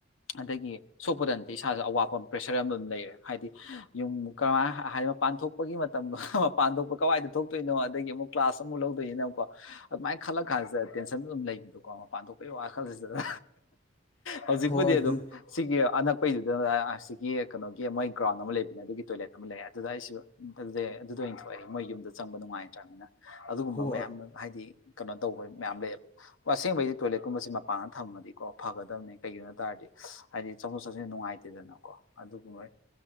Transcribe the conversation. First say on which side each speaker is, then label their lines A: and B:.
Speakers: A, on the left; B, on the left.
A: ꯑꯗꯒꯤ ꯁꯣꯄꯗꯟ ꯏꯁꯥꯁꯨ ꯑꯋꯥꯠꯄ ꯑꯃ ꯄ꯭ꯔꯦꯁꯔ ꯑꯃ ꯑꯗꯨꯝ ꯂꯩꯔꯦ ꯍꯥꯏꯗꯤ ꯌꯨꯝ ꯀꯃꯥꯏ ꯍꯥꯏꯗꯤ ꯃꯄꯥꯟ ꯊꯣꯛꯄꯒꯤ ꯃꯇꯝꯗꯣ ꯃꯄꯥꯟ ꯊꯣꯛꯄ ꯀꯋꯥꯏꯗ ꯊꯣꯛꯇꯣꯏꯅꯣ ꯑꯗꯒꯤ ꯑꯃꯨꯛ ꯀ꯭ꯂꯥꯁ ꯑꯃꯨꯛ ꯂꯧꯗꯣꯏꯅꯣꯀꯣ ꯑꯗꯨꯃꯥꯏꯅ ꯈꯜꯂ ꯀꯥꯟꯁꯤꯗ ꯇꯦꯟꯁꯟ ꯑꯗꯨꯝ ꯂꯩꯕꯗꯣꯀꯣ ꯃꯄꯥꯟ ꯊꯣꯛꯄꯒꯤ ꯋꯥꯈꯜꯁꯤꯗ ꯍꯧꯖꯤꯛꯄꯨꯗꯤ
B: ꯍꯣ ꯑꯗꯨ
A: ꯑꯗꯨꯝ ꯁꯤꯒꯤ ꯑꯅꯛꯄꯩꯗꯨꯗ ꯑꯁꯤꯒꯤ ꯀꯩꯅꯣꯒꯤ ꯃꯣꯏ ꯒ꯭ꯔꯥꯎꯟ ꯑꯃ ꯂꯩꯕꯅꯦ ꯑꯗꯨꯒꯤ ꯇꯣꯏꯂꯦꯠ ꯑꯃ ꯂꯩꯦ ꯑꯗꯨꯗ ꯑꯩꯁꯨ ꯑꯗꯨꯗꯩ ꯑꯗꯨꯗ ꯑꯣꯏꯅ ꯊꯣꯛꯑꯏ ꯃꯣꯏ ꯌꯨꯝꯗ ꯆꯪꯕ ꯅꯨꯡꯉꯥꯏꯇ꯭ꯔꯕꯅꯤꯅ ꯑꯗꯨꯒꯨꯝꯕ
B: ꯍꯣ
A: ꯃꯌꯥꯝ ꯍꯥꯏꯗꯤ ꯀꯩꯅꯣ ꯇꯧꯕ ꯃꯌꯥꯝ ꯂꯩꯌꯦꯕ ꯑꯁꯦꯡꯕꯩꯗꯤ ꯇꯣꯏꯂꯦꯠ ꯀꯨꯝꯕꯁꯤꯦ ꯃꯄꯥꯟꯗ ꯊꯝꯃꯗꯤꯀꯣ ꯐꯒꯗꯕꯅꯦ ꯀꯩꯒꯤꯅꯣ ꯇꯥꯔꯗꯤ ꯍꯥꯏꯗꯤ ꯆꯠꯊꯣꯛ ꯆꯠꯁꯤꯟ ꯅꯨꯡꯉꯥꯏꯇꯦꯗꯅꯀꯣ ꯑꯗꯨꯒꯕꯣꯏ